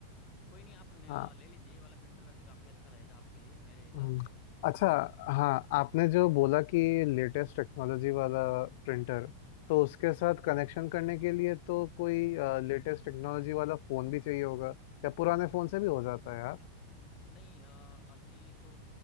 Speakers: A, on the left; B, on the left.
A: कोई नहीं आप न-
B: हाँ
A: ले लीजिए ये वाला प्रिंटर वैसे काफ़ी अच्छा रहेगा आपके लिए मेरे हिसाब
B: हम्म,
A: से तो
B: अच्छा हाँ आपने जो बोला कि लेटेस्ट टेक्नोलॉजी वाला प्रिंटर तो उसके साथ कनेक्शन करने के लिए तो कोई लेटेस्ट टेक्नोलॉजी वाला फ़ोन भी चाहिए होगा या पुराने फ़ोन से भी हो जाता है यार
A: नहीं अ, अभी तो